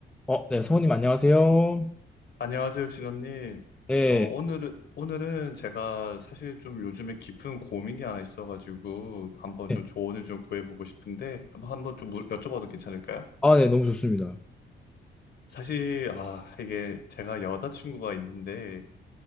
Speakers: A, in the centre; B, on the left.
A: 어, 네, 성우님 안녕하세요.
B: 안녕하세요, 진원님.
A: 네,
B: 어, 오늘은, 오늘은 제가 사실 좀 요즘에 깊은 고민이 하나 있어가지고 한번
A: 네.
B: 좀 조언을 좀 구해보고 싶은데 한번 한번 좀 물- 여쭤봐도 괜찮을까요?
A: 아, 네, 너무 좋습니다.
B: 사실, 아, 이게 제가 여자친구가 있는데